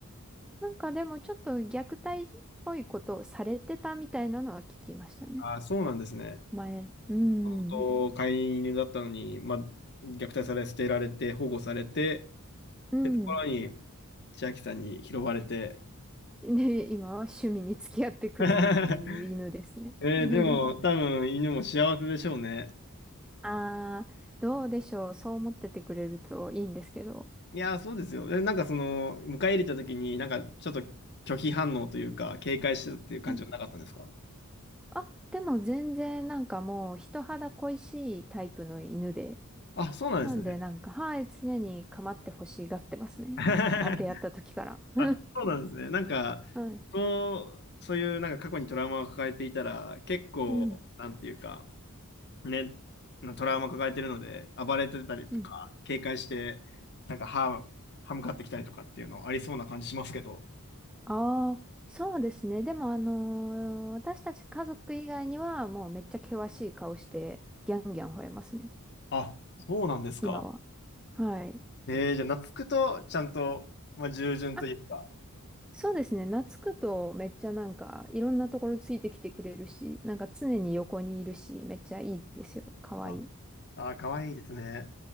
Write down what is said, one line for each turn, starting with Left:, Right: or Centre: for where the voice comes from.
Centre: なんかでもちょっと虐待っぽいことをされてたみたいなのは聞きましたね。
Left: あ、そうなんですね。
Centre: 前。うん。
Left: もともと飼い犬だったのに、まあ、虐待され、捨てられて、保護されて、
Centre: うん。
Left: ってところに、千秋さんに拾われて。
Centre: で、今は趣味に付き合ってくれるっていう犬ですね。
Left: <laughs> えーでも、
Centre: <laughs>
Left: 多分、犬も幸せでしょうね。
Centre: ああ、どうでしょう。そう思っててくれるといいんですけど。
Left: いやー、そうですよ。えなんかその、迎え入れた時に、なんかちょっと拒否反応というか、警戒してたっていう感じはなかったんですか
Centre: うんあ、でも全然なんかもう人肌恋しいタイプの犬で。
Left: あ、そうなんですね。
Centre: なんでなんか、はい、常に構ってほしがってますね。
Left: <laughs>
Centre: あ、出会った時から。<laughs>
Left: あ、そうなんですね。なんか、
Centre: はい。
Left: そう、そういうなんか過去にトラウマを抱えていたら、結構、
Centre: うん。
Left: なんていうか、ね、なトラウマ抱えてるので、暴れてたりとか、
Centre: うん。
Left: 警戒して、なんか歯、歯向かってきたりとかっていうのありそうな感じしますけど。
Centre: ああ、そうですね。でも、あのー私たち家族以外には、もうめっちゃ険しい顔して、ギャンギャン吠えますね。
Left: あ、そうなんですか。
Centre: 今は。はい。
Left: えー、じゃあ、懐くと、ちゃんと、まあ、従順というか、
Centre: あ、そうですね。懐くと、めっちゃなんか、いろんなところついてきてくれるし、なんか常に横にいるし、めっちゃいいですよ。かわいい。
Left: あああ、かわいいですね。